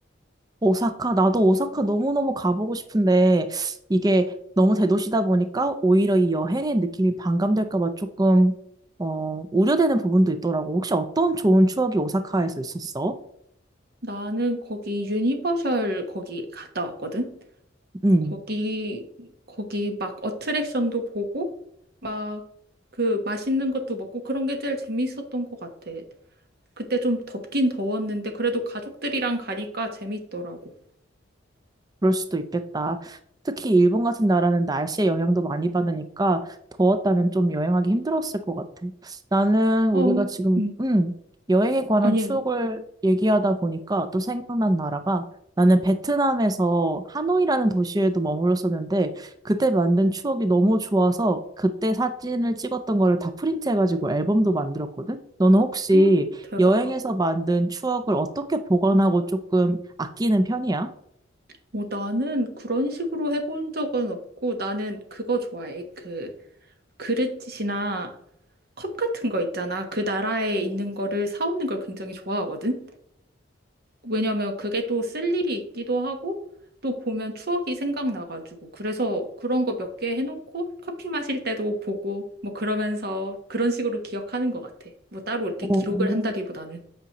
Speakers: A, on the right; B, on the right.
A: 오사카, 나도 오사카 너무너무 가보고 싶은데 이게 너무 대도시다 보니까 오히려 이 여행의 느낌이 반감될까 봐 조금 어, 우려되는 부분도 있더라고. 혹시 어떤 좋은 추억이 오사카에서 있었어?
B: 나는 거기 유니버셜 거기 갔다 왔거든.
A: 음.
B: 거기 거기 막 어트랙션도 보고 막 그 맛있는 것도 먹고 그런 게 제일 재밌었던 것 같아. 그때 좀 덥긴 더웠는데 그래도 가족들이랑 가니까 재밌더라고.
A: 그럴 수도 있겠다. 특히 일본 같은 나라는 날씨의 영향도 많이 받으니까 더웠다면 좀 여행하기 힘들었을 것 같아. 나는
B: 어,
A: 우리가 지금,
B: 음.
A: 음, 여행에 관한
B: 아니,
A: 추억을
B: 아니.
A: 얘기하다 보니까 또 생각난 나라가 나는 베트남에서 하노이라는 도시에도 머물렀었는데 그때 만든 추억이 너무 좋아서 그때 사진을 찍었던 거를 다 프린트해가지고 앨범도 만들었거든? 너는 혹시
B: <gasps> 헉, 대박.
A: 여행에서 만든 추억을 어떻게 보관하고 조금 아끼는 편이야?
B: 뭐 나는 그런 식으로 해본 적은 없고 나는 그거 좋아해. 그 그릇이나 컵 같은 거 있잖아. 그 나라에 있는 거를 사오는 걸 굉장히 좋아하거든. 왜냐면 그게 또 쓸 일이 있기도 하고 또 보면 추억이 생각나가지고 그래서 그런 거 몇 개 해놓고 커피 마실 때도 보고 뭐 그러면서 그런 식으로 기억하는 것 같아. 뭐 따로 이렇게
A: 오.
B: 기록을 한다기보다는.